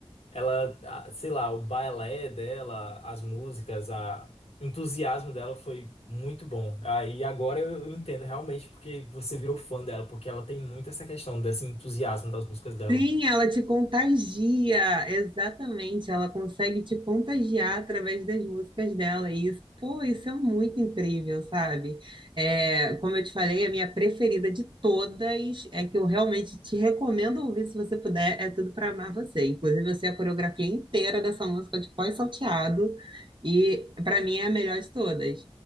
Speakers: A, on the left; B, on the right.
A: ela, ah, sei lá, o balé dela, as músicas, a o entusiasmo dela foi muito bom. Aí agora eu eu entendo realmente porque você virou fã dela, porque ela tem muito essa questão desse entusiasmo das músicas dela.
B: Sim, ela te contagia, exatamente. Ela consegue te contagiar através das músicas dela. E isso, pô, isso é muito incrível, sabe? É, como eu te falei, a minha preferida de todas é que eu realmente te recomendo ouvir se você puder. É tudo para amar você. Inclusive, eu sei a coreografia inteira dessa música de pós-salteado. E para mim é a melhor de todas.